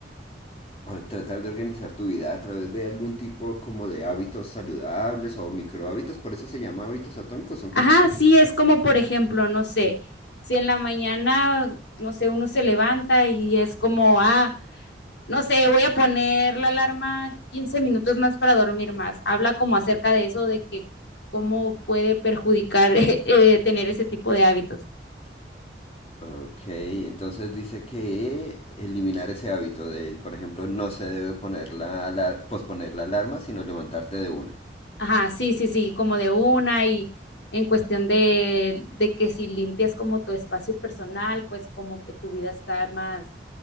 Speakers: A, on the left; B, on the left.
A: O tratar de organizar tu vida a través de algún tipo como de hábitos saludables o microhábitos, por eso se llama hábitos atómicos, son
B: Ajá,
A: cosas pequeñas.
B: sí, es como por ejemplo, no sé, si en la mañana, no sé, uno se levanta y es como, ah, no sé, voy a poner la alarma 15 minutos más para dormir más. Habla como acerca de eso, de que cómo puede perjudicar <laughs> eh, tener ese tipo de hábitos.
A: Ok, entonces dice que eliminar ese hábito de, por ejemplo, no se debe poner la alar- posponer la alarma, sino levantarte de una.
B: Ajá, sí, sí, sí, como de una y en cuestión de, de que si limpias como tu espacio personal, pues como que tu vida está más,